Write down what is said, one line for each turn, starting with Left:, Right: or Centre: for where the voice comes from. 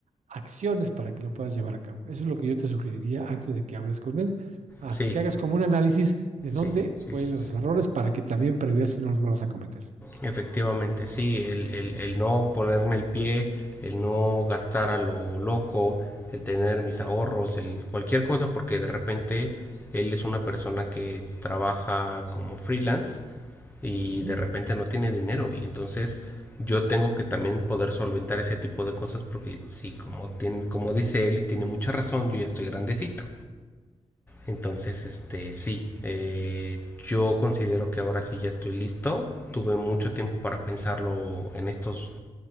Right: acciones para que lo puedas llevar a cabo. Eso es lo que yo te sugeriría antes de que hables con él, haz-
Left: Sí,
Right: que hagas como un análisis de dónde
Left: sí, sí,
Right: fueron
Left: sí,
Right: los
Left: sí.
Right: errores para que también preveas si no los vuelvas a cometer.
Left: Efectivamente, sí, el, el, el no ponerme el pie, el no gastar a lo loco, el tener mis ahorros, el cualquier cosa, porque de repente él es una persona que trabaja como freelance y
Right: Ujú,
Left: de repente no tiene dinero y entonces yo tengo que también poder solventar ese tipo de cosas porque sí, como, tiene, como dice él y tiene mucha razón, yo ya estoy grandecito. Entonces, este, sí, eh, yo considero que ahora sí ya estoy listo. Tuve mucho tiempo para pensarlo en estos,